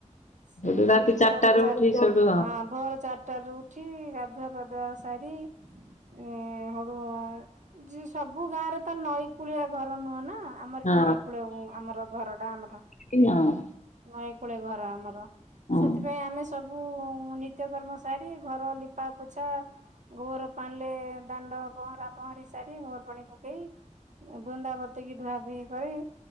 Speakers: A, on the right; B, on the left.
A: ସେମିତି
B: ସେଠୁ ରାତି
A: ଭୋର
B: ଚାରିଟାରେ
A: ଚାରିଟା
B: ଉଠି ସେଠୁ
A: ହଁ ଭୋର ଚାରିଟା ରୁ ଉଠି ଗାଧୁଆ ପାଧୁଆ ସାରି ଇଁ ହଉ ଆଉ। ଯି ସବୁ ଗାଁ ରେ ତ ନଈ କୂଳିଆ ଘର ନୁହଁ ନା? ଆମର
B: ହଁ
A: ଏଠି ନଈକୂଳ ଆମର ଘର ଟା ଆମର
B: ନାଇଁ ହଁ
A: ନଈ କୂଳ ଘର ଆମର।
B: ହଁ
A: ସେଥିପାଇଁ ଆମେ ସବୁ ନିତ୍ୟକର୍ମ ସାରି ଘର ଲିପା ପୋଛା ଗୋବର ପାଣି ରେ ଦାଣ୍ଡ ପହଁରା ପହଁରା ମାରି ସାରି ଗୋବର ପାଣି ପକେଇ ବୃନ୍ଦାବତୀ କି ଧୁଆଧୁଇକରି